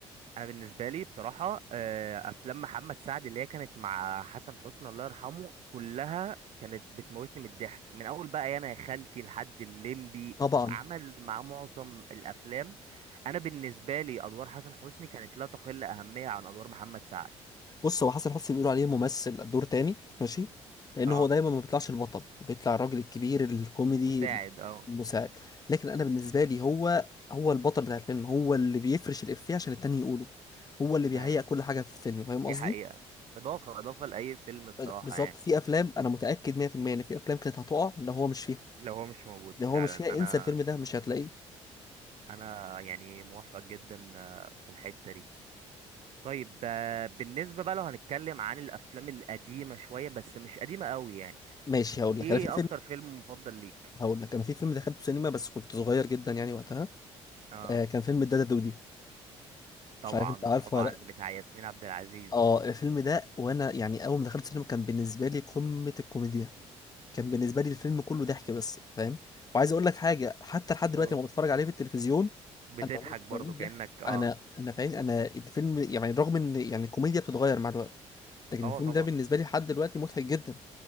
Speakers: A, on the right; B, on the left.
A: انا بالنسبه لي بصراحه آه، افلام محمد سعد اللي هي كانت مع حسن حسني الله يرحمه كلها كانت بتموتني من الضحك من اول بقى انا يا خالتي لحد الليمبي
B: طبعا
A: عمل مع معظم الافلام انا بالنسبه لي ادوار حسن حسني كانت لا تقل اهميه عن ادوار محمد سعد
B: بص هو حسن حسني بيقولوا عليه ممثل دور تاني ماشي لان
A: اه
B: هو دايما ما بيطلعش البطل بيطلع الراجل الكبير الكوميدي
A: المساعد اه
B: المساعد لكن انا بالنسبه لي هو هو البطل بتاع الفيلم هو اللي بيفرش الافيه عشان التاني يقوله هو اللي بيهيئ
A: ايوه
B: كل حاجه في الفيلم فاهم
A: دي
B: قصدي
A: حقيقه اضافه اضافه لاي فيلم بصراحه
B: أه، لا، بالظبط
A: يعني
B: في افلام انا متاكد 100% ان في افلام كانت هتقع لو هو مش فيها
A: لو هو مش موجود
B: لو هو
A: فعلا
B: مش فيها
A: انا
B: انسى الفيلم ده مش هتلاقيه
A: انا يعني موافق جدا آه، في الحتة دي طيب آه، بالنسبة بقى لو هنتكلم عن الافلام القديمة شوية بس مش قديمة قوي يعني
B: ماشي هقول
A: ايه
B: لك انا في فيلم
A: اكتر فيلم مفضل ليك
B: هقول لك انا في فيلم دخلته سينما بس كنت صغير جدا يعني وقتها
A: اه
B: آه كان فيلم الدادا دودي
A: طبعا
B: مش عارف انت عارفه
A: طبعا
B: ولا لأ.
A: بتاع ياسمين عبد العزيز
B: اه الفيلم ده وانا يعني اول ما دخلت السينما كان بالنسبه لي قمه الكوميديا كان بالنسبه لي الفيلم كله ضحك بس فاهم وعايز اقول لك حاجه حتى لحد دلوقتي
A: اه
B: لما بتفرج عليه في التلفزيون
A: بتضحك
B: انا بموت
A: برضو
B: بموت ضحك
A: كأنك اه
B: انا انا فاهم انا الفيلم يعني رغم ان يعني الكوميديا بتتغير مع الوقت لكن
A: اه
B: الفيلم
A: طبعا
B: ده بالنسبه لي لحد دلوقتي مضحك جدا